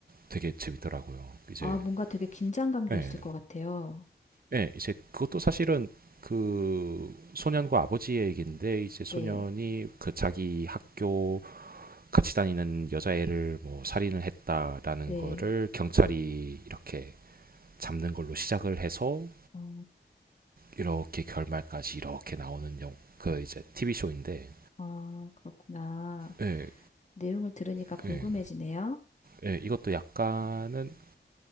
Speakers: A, on the right; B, on the left.
A: 되게 재밌더라고요. 이제
B: 아, 뭔가 되게 긴장감도
A: 네.
B: 있을 것 같아요.
A: 예, 이제 그것도 사실은 그 소년과 아버지의 얘기인데 이제 소년이
B: 네,
A: 그 자기 학교 같이 다니는 여자애를 뭐 살인을 했다라는
B: 네.
A: 거를 경찰이 이렇게 잡는 걸로 시작을 해서
B: 어,
A: 이렇게 결말까지 이렇게 나오는 영, 그 이제 TV 쇼인데
B: 아, 그렇구나.
A: 예,
B: 내용을 들으니까 궁금해지네요.
A: 그 예, 예, 이것도 약간은